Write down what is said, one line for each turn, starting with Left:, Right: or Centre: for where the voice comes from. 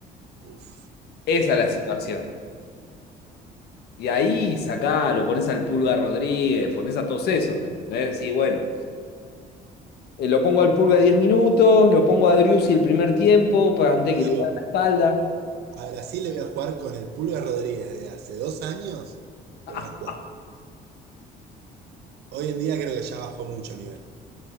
Right: Uf,
Left: Esa es
Right: durísimo.
Left: la situación. Y ahí sacalo, pones al Pulga Rodríguez, pones a todos esos, ¿entendés? Sí, bueno. Eh, lo pongo al Pulga 10 minutos, lo pongo a Driussi el primer tiempo, para antes
Right: Te
Left: que
Right: digo,
Left: le haga la espalda.
Right: a Brasil le voy a jugar con el Pulga Rodríguez de hace dos años,
Left: <laughs>
Right: le voy a jugar. Hoy en día creo que ya bajó mucho el nivel.